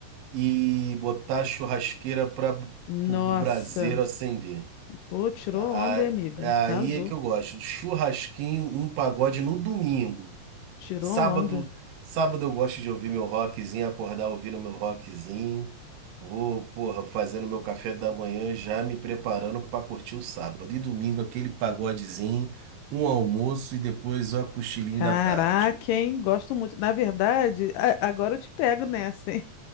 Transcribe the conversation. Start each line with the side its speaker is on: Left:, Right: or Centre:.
Right: e botar a churrasqueira para
Left: Nossa,
Right: o braseiro acender.
Left: pô, tirou
Right: A-
Left: onda, hein, amigo?
Right: Aí
Left: Arrasou.
Right: é que eu gosto, do churrasquinho, um pagode no domingo.
Left: Tirou
Right: Sábado,
Left: onda.
Right: sábado eu gosto de ouvir meu rockzinho, acordar ouvindo meu rockzinho. Vou, porra, fazendo meu café da manhã, já me preparando para curtir o sábado. E domingo aquele pagodezinho, um almoço e depois ó, cochilinho
Left: Caraca,
Right: da tarde.
Left: hein? Gosto muito. Na verdade, a- agora eu te pego nessa, hein?